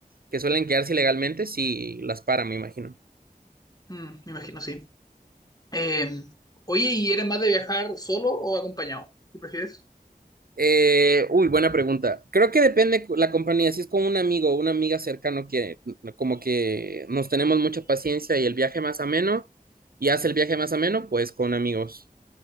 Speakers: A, on the right; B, on the left.
A: que suelen quedarse ilegalmente, sí las paran, me imagino.
B: Mm, me imagino, sí. Eh, oye, ¿y eres más de viajar solo o acompañado? ¿Qué prefieres?
A: Eh, uy, buena pregunta. Creo que depende cu- la compañía. Si es con un amigo o una amiga cercano que n- como que nos tenemos mucha paciencia y el viaje más ameno y hace el viaje más ameno, pues con amigos.